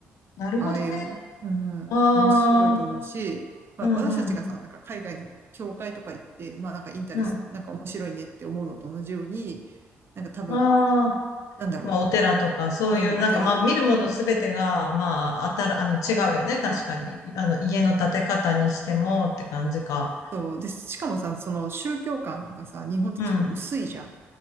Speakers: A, on the left; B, on the right.
A: なるほどね。
B: ああいう、うん、
A: ああ、
B: 面白いと思うし、まあ、
A: うん、
B: 私たちがさ、
A: うん、うん。
B: なんか海外の教会とか行って、まあなんかインタレス、
A: うん。
B: なんか面白いねって思うのと同じように、なんか多分、
A: ああ、
B: なんだろ
A: まあ、お寺とか、そういう、
B: う、うん、
A: なんか、
B: お寺
A: まあ、見るものすべてが、まあ、あたら、あの、違うよね。確かに。あの、家の建て方にしても、って感じか。
B: と、で、しかもさ、その宗教観がさ、日本って結構薄いじゃん。
A: うん。